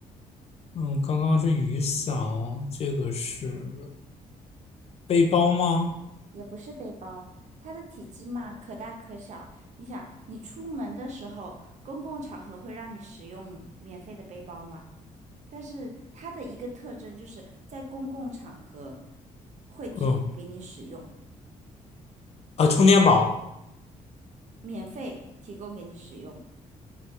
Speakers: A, on the left; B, on the right.
A: 嗯，刚刚是雨伞哦，这个是背包吗？
B: 也不是背包，它的体积嘛可大可小。你想，你出门的时候，公共场合会让你使用免费的背包吗？但是它的一个特征就是在公共场合会提供给你使用，
A: 嗯啊，充电宝，
B: 免费提供给你使用。